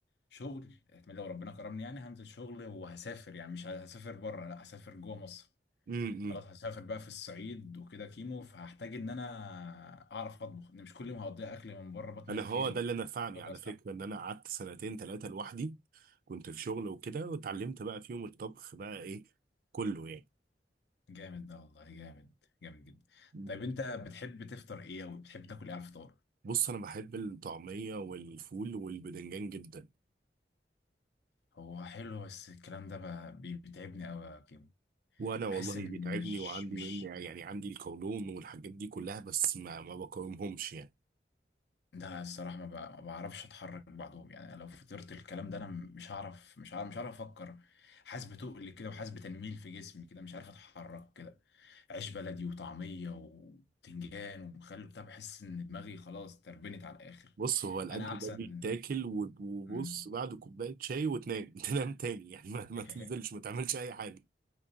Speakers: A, on the left; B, on the right.
A: شغل احتمال لو ربنا كرمني يعني هنزل شغل وهسافر يعني مش هسافر بره لا هسافر جوه مصر
B: امم
A: خلاص هسافر بقى في الصعيد وكده كيمو فهحتاج ان انا اعرف اطبخ ان مش كل يوم هقضيها اكل من بره بطني
B: انا
A: هتتهري
B: هو ده اللي نفعني
A: اقدر
B: على
A: استحمل
B: فكره ان انا قعدت سنتين ثلاثه لوحدي كنت في شغل وكده واتعلمت بقى فيهم الطبخ بقى ايه كله يعني
A: جامد ده والله جامد جامد جدا
B: مم.
A: طيب انت بتحب تفطر ايه او بتحب تاكل ايه على الفطار
B: بص انا بحب الطعميه والفول والبدنجان جدا
A: هو حلو بس الكلام ده ب- بي- بيتعبني قوي يا كيمو
B: وانا والله
A: بحس اني
B: بيتعبني
A: مش
B: وعندي
A: مش
B: من يعني عندي القولون والحاجات دي كلها بس ما ما بقاومهمش يعني
A: ده الصراحه ما ب- ما بعرفش اتحرك بعدهم يعني لو فطرت الكلام ده انا مش هعرف مش هعرف مش هعرف افكر حاسس بتقل كده وحاسس بتنميل في جسمي كده مش عارف اتحرك كده عيش بلدي وطعميه وبتنجان ومخلل بتاع بحس ان دماغي خلاص تربنت على الاخر
B: بص هو الاكل
A: انا احسن
B: ده بيتاكل و- وبص
A: مم.
B: بعد كوبايه شاي وتنام <laughs> تنام تاني يعني ما ما
A: <laughs>
B: تنزلش ما تعملش اي حاجه